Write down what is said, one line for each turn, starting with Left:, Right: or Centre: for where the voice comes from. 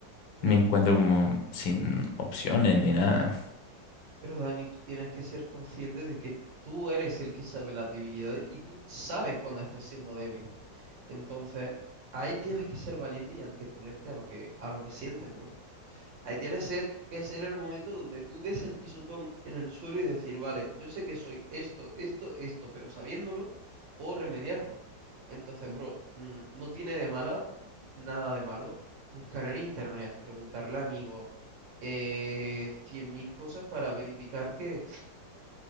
Right: Pero,
Left: me encuentro como sin opciones ni nada?
Right: pero Dani, tú tienes que ser consciente de que tú eres el que sabe las debilidades y tú sabes cuando estás siendo débil. Entonces, ahí tienes que ser valiente y anteponerte a lo que, a lo que sientes, bro. Ahí tienes ser- que ser el momento donde tú des el pisotón en el suelo y decir, vale, yo sé que soy esto, esto, esto, pero sabiéndolo, puedo remediarlo. Entonces, bro, mm, no tiene de mala, mm, nada de malo, buscar en internet, preguntarle a amigos, eh, 100.000 cosas para verificar que